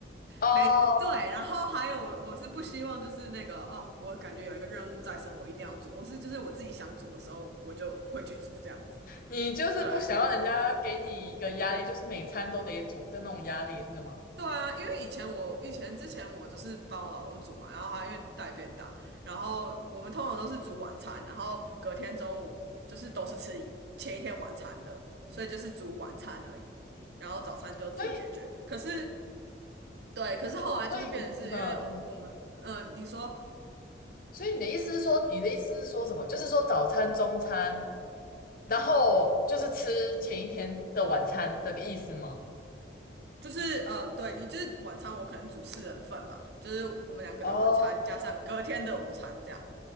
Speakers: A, on the left (about 50°); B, on the right (about 65°).
A: 哦，
B: 没，对，然后还有我我是不希望就是那个哦，我感觉有一个任务在身，我一定要煮。我是就是我自己想煮的时候，我就会去煮这样子。
A: 你就是不想让人家给你一个压力，
B: 对，
A: 就是每餐都得煮的那种压力，是吗？
B: 对啊，因为以前我以前之前我就是帮我老公煮嘛，然后他因为带便当，然后我们通常都是煮晚餐，然后隔天中午就是都是吃前一天晚餐的，所以就是煮晚餐而已，
A: 嗯，
B: 然后早餐就自己解决。
A: 所以
B: 可是对，可是后来就是变成是因为我我们嗯、
A: 所以嗯，
B: 呃你说。
A: 所以你的意思是说，你的意思是说什么？就是说早餐、中餐，然后就是吃前一天的晚餐的意思吗？
B: 就是呃，对你就是晚餐，我可能煮四人份嘛，就是我们两个的晚餐加上隔天的午餐这样。
A: 哦，